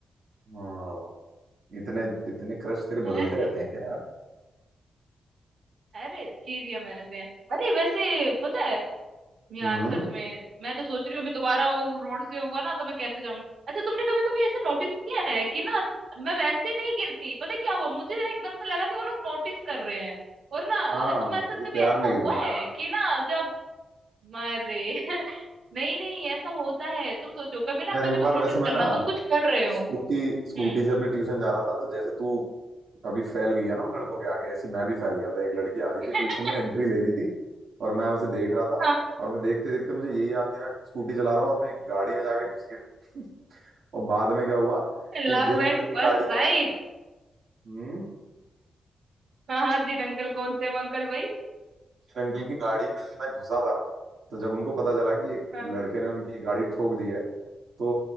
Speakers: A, on the right (about 75°); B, on the right (about 60°).
A: हाँ, इतने इतने क्रश तेरे बदलते
B: अरे
A: रहते हैं क्या यार
B: अरे चीज ही हम ऐसे हैं अरे वैसे पता है यार
A: हम्म
B: सच में मैं तो सोच रही हूँ अभी दोबारा वो रोड से होगा ना तो मैं कैसे जाऊंगी अच्छा तुमने कभी कभी ऐसे नोटिस किया है कि ना मैं वैसे नहीं गिरती पता है क्या हुआ मुझे ना एकदम से लगा कि वो लोग नोटिस कर रहे हैं और ना
A: हाँ
B: तुम्हारे साथ
A: ये
B: कभी
A: प्यार
B: ऐसा
A: में गिर
B: हुआ
A: गई
B: है
A: ना
B: कि ना जब अरे <laughs> नहीं नहीं ऐसा होता है तुम सोचो कभी ना
A: यार एक
B: कभी तुम
A: बार
B: नोटिस
A: वैसे मैं
B: करना
A: ना
B: तुम कुछ कर रहे हो
A: स्कूटी स्कूटी
B: हम्म
A: से अपने ट्यूशन जा रहा था तो जैसे तू अभी फैल गई है ना उन लड़कों के आगे ऐसी मैं भी फैल गया था एक लड़की आ रही
B: <laughs>
A: थी ट्यूशन में एंट्री ले रही थी और मैं उसे देख रहा था
B: हाँ
A: और मैं देखते देखते मुझे ये याद नहीं रहा कि स्कूटी चला रहा हूँ और मैं एक गाड़ी में जाके घुस गया <laughs> और बाद में क्या हुआ कि
B: लव
A: जिन अंकल
B: एट
A: की
B: फर्स्ट
A: गाड़ी
B: साइट
A: में हम्म
B: हाँ हाँ जी अंकल कौन थे वो अंकल भाई
A: इन अंकल की गाड़ी में मैं घुसा था तो जब उनको पता चला कि एक
B: हाँ
A: लड़के ने उनकी गाड़ी ठोक दी है तो